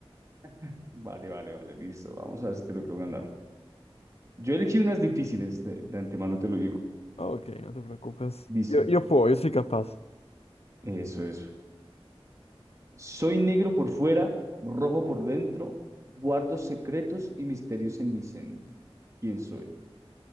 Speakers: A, on the right (about 30°); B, on the left (about 80°).
A: <laughs> Vale, vale, vale, listo. Vamos a ver si te logro ganar. Yo elegí unas difíciles, de, de antemano te lo digo.
B: Ok, no te preocupes.
A: Dice.
B: Yo, yo puedo, yo soy capaz.
A: Eso, eso. Soy negro por fuera, rojo por dentro, guardo secretos y misterios en mi centro. ¿Quién soy?